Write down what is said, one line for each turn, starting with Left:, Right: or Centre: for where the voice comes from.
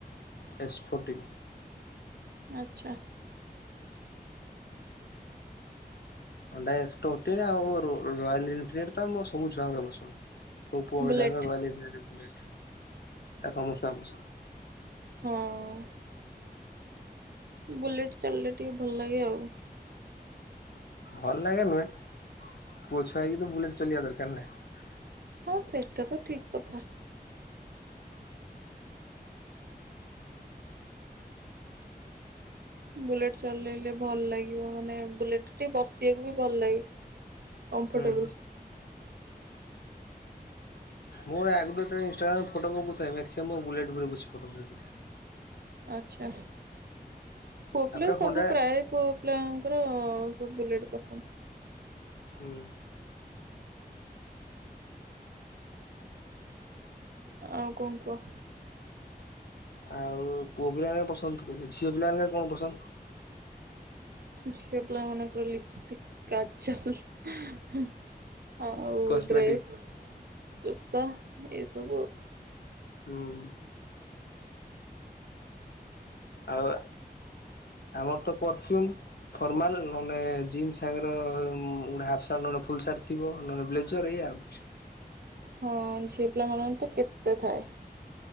Left: ଏପୁଟିକ
Right: ଆଚ୍ଛା
Left: ଅଣ୍ଡ ଆଉ ରୟାଲ ଏଫିଲ୍ଡ ତ ସବୁ ଛୁଆଙ୍କରେ ବସନ୍ଦ ତପୁଆ
Right: ବୁଲେଟ
Left: ବିଲରଲି ପଟ ଏ ସମସ୍ତେ ପଷ
Right: ହଁ। ବୁଲେଟ ଚାଲିଲେ ଟିକେ ଭଲ ଲାଗେ ଆଉ।
Left: ଭଲ ଲାଗେ ନୁହେଁ ପୁଅ ଛୁଆଇକି ତ ବୁଲେଟ ଚଲିବା ଦରକାର ନାହି।
Right: ହଁ ସେଇଟା ତ ଠିକ କଥା। ବୁଲେଟ ଚଲେଇଲେ ଭଲ ଲାଗିବ ମାନେ ବୁଲେଟ ଟ ବସିବାକୁ ବି ଭଲ ଲାଗେ। କମ୍ଫର୍ଟେବଲ
Left: ହୁଁ। ମୁଁ୍ର ଫଥାଏ ବ ଉପରେ ବ ଫଏ
Right: ଆଚ୍ଛା। ପୁଅ
Left: ତାପରେ
Right: ପିଲା ସବୁ
Left: ହଣ୍ଡା
Right: ପ୍ରାୟ ପୁଅ ପିଲାଙ୍କର ସବୁ ବୁଲେଟ ପସନ୍ଦ।
Left: ହୁଁ।
Right: ଆଉ କଣ କୁହ।
Left: ଆଉ ପୁଅ ପିଲାମାନେ ପସନ୍ଦ କହିଲେ ଝିଅ ପିଲା କଣ ପସନ୍ଦ?
Right: ଝିଅ ପଲା ମନ କର ଲିପଷ୍ଟିକ କଚଲ ହୁଁ। ଆଉ
Left: କସ୍ମେଟିକ୍
Right: ଡ୍ରେସ୍ ଜୋତା ଏସବୁ
Left: ହୁଁ। ଆଉ ଆମର ତ ପରଫ୍ୟୁମ୍ ଫର୍ମାଲ ନହେଲେ ଜିନ୍ସ ସାଙ୍ଗର ଗୋଟେ ହାଫ୍ ସାର୍ଟ ନହଲେ ଫୁଲ ସାର୍ଟ ଥିବ ନହେଲେ ବ୍ଲେଜର ଏଇ ଆଉ।
Right: ହଁ ଝିଅ ପିଲା ମାନରେ ତ କେତେ ଥାଏ